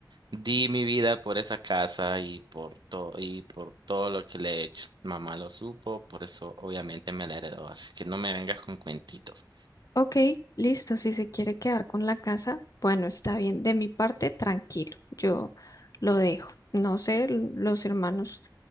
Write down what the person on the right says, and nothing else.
di mi vida por esa casa y por todo y por todo lo que le he hecho. Mamá lo supo, por eso obviamente me la heredó. Así que no me vengas con cuentitos.